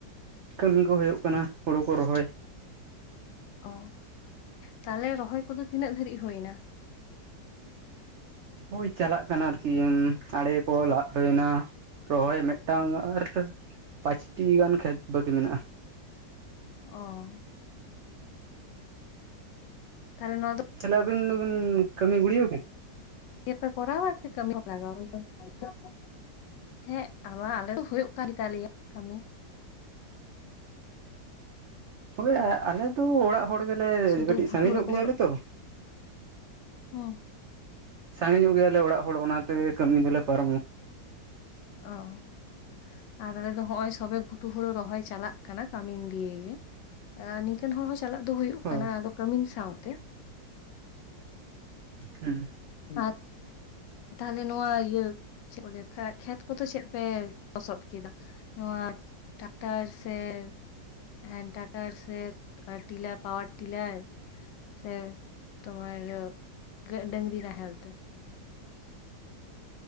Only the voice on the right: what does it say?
ᱠᱟᱹᱢᱤ ᱠᱚ ᱦᱩᱭᱩᱜ ᱠᱟᱱᱟ ᱦᱳᱲᱳ ᱠᱚ ᱨᱚᱦᱚᱭ ᱾
ᱳᱭ ᱪᱟᱞᱟᱜ ᱠᱟᱱᱟ ᱟᱨᱠᱤ ᱟᱲᱮ ᱠᱚ ᱞᱟᱜ ᱦᱩᱭ ᱱᱟ ᱾ ᱨᱚᱦᱚᱭ ᱢᱤᱫᱴᱟᱝ ᱟᱨ ᱯᱟᱸᱪᱴᱤ ᱜᱟᱱ ᱠᱷᱮᱛ ᱵᱟᱹᱠᱤ ᱢᱮᱱᱟᱜᱼᱟ᱾
ᱛᱟᱦᱚᱞᱮ ᱟᱹᱵᱤᱱ ᱫᱚᱵᱤᱱ ᱠᱟᱹᱢᱤ ᱜᱩᱲᱭᱟᱹᱣ ᱠᱮᱫ
ᱦᱳᱭ ᱟ ᱟᱞᱮ ᱫᱚ ᱚᱲᱟᱜ ᱦᱚᱲ ᱜᱮᱞᱮ
ᱠᱟᱹᱴᱤᱡ
ᱥᱟᱸᱜᱮ
ᱧᱚᱜ
ᱜᱮᱭᱟᱞᱮ ᱛᱚ᱾
ᱥᱟᱸᱜᱮ ᱧᱚᱜ ᱜᱮᱭᱟᱞᱮ ᱚᱲᱟᱜ ᱦᱚᱲ ᱚᱱᱟᱛᱮ ᱠᱟᱹᱢᱤ ᱫᱚᱞᱮ ᱯᱟᱨᱚᱢᱟ᱾
ᱦᱳᱭ
ᱦᱩᱸ,